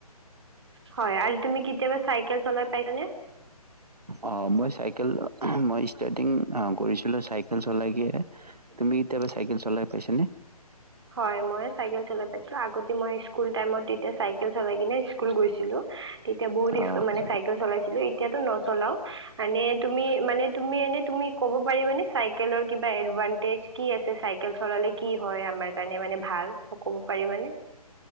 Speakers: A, on the right (about 45°); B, on the right (about 80°).
A: হয় আৰু তুমি কেতিয়াবা চাইেকেল চলাই পাইছা নে?
B: অ মই চাইকেল মই ষ্টাৰ্টিং কৰিছিলোঁ চাইকেল চলাইে তুমি কেতিয়াবা চাইকেল চলাই পাইছনে।
A: হয় মই চাইকেল চলাই। ছিলো আগতে মই স্কুল টাইমত। এতিয়া চাইকেল চলাই কিনে স্কুল গৈছিলো। তেতিয়া বহুত
B: পাইছানে
A: মানে চাইকেল চলাইছিলো। এতিয়াতো নচলাও মানে তুমি মানে তুমি এনেই তুমি। ক'ব পাৰিবানে চাই কিবা এডভানটেজ কি আছে চাই চাইেকেল চলালে কি হয় আমাৰ। ভাল ক'ব পাৰিবানে